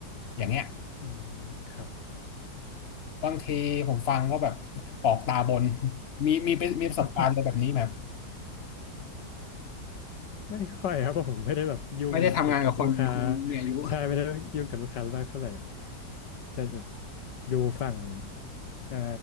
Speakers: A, on the left; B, on the left.
A: อย่างเงี้ย
B: อืมครับ
A: บางทีผมฟังก็แบบกรอกตาบนมีมีเป็นมีประสบการณ์อะไรแบบนี้ไบมบ
B: <laughs> ไม่ค่อยครับเพราะผมไม่ได้แบบยุ่งเกี่ยวกับลูกค้า
A: ไม่ได้ทำงานกับคนคนมีอายุ
B: ใช่ไม่ได้ยุ่งกับลูกค้ามากเท่าไหร่จะแบบดูฝั่งเอ่อ